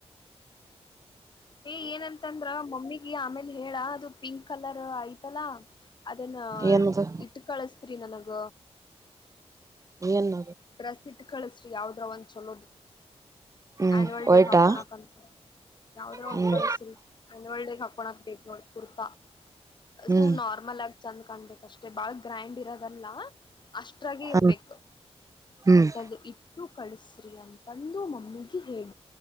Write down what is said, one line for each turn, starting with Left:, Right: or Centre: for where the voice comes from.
Left: ಏ ಏನಂತಂದ್ರ ಮಮ್ಮಿಗೆ ಆಮೇಲೆ ಹೇಳ ಅದು ಪಿಂಕ್ ಕಲರ್ ಅಯ್ತಲ್ಲಾ. ಅದನ್ನ
Right: ಏನದು
Left: ಇಟ್ಟ ಕಳಸ್ತ್ರಿ ನನಗ.
Right: ಎನ್.
Left: ಡ್ರೆಸ್ ಇಟ್ಟ ಕಳಸ್ರಿ ಯಾವದ್ರ ಒಂದ್ ಚೋಲೋದ
Right: ಹ್ಮ್
Left: ಆನ್ಯುವಲ್
Right: ವೈಟಾ
Left: ಡೇಗ ಹಾಕೋಣಾಕಂತ. ಯಾವದ್ರ ಒಂದ್
Right: ಹ್ಮ್
Left: ಕಳಸ್ರಿ ಅನ್ಯುವಲ್ ಡೇ ಗ ಹಾಕೋಣಾಕ ಬೇಕ ನೋಡ್ರಿ ಕುರ್ತಾ. ಸುಮ್ಮ
Right: ಹ್ಮ್
Left: ನಾರ್ಮಲ್ ಆಗಿ ಚೆಂದ್ ಕಾಣ್ಬೇಕ ಅಷ್ಟೇ ಬಾಳ ಗ್ರ್ಯಾಂಡ್ ಇರದಲ್ಲಾ. ಅಷ್ಟ್ರಾಗಿ ಇರ್ಬೇಕು.
Right: ಹ್ಮ್ ಹ್ಮ್
Left: ಅಂತದ ಇಟ್ಟು ಕಳಸ್ರಿ ಅಂತಂದು ಮಮ್ಮಿಗೆ ಹೇಳ.